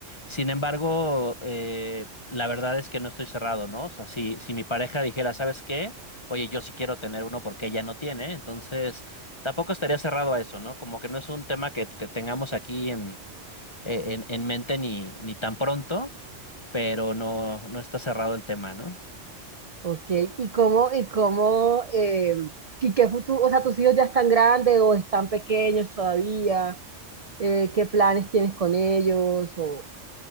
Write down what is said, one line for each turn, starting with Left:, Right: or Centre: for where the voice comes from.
Left: Sin embargo, eh, la verdad es que no estoy cerrado, ¿no? O sea, si, si mi pareja dijera, ¿sabes qué? Oye, yo sí quiero tener uno porque ella no tiene, entonces tampoco estaría cerrado a eso, ¿no? Como que no es un tema que te- tengamos aquí en eh, en, en mente ni, ni tan pronto, pero no, no está cerrado el tema, ¿no?
Right: Ok, ¿y cómo, y cómo, eh, y qué futuro, o sea, tus hijos ya están grandes o están pequeños todavía? Eh, ¿qué planes tienes con ellos? O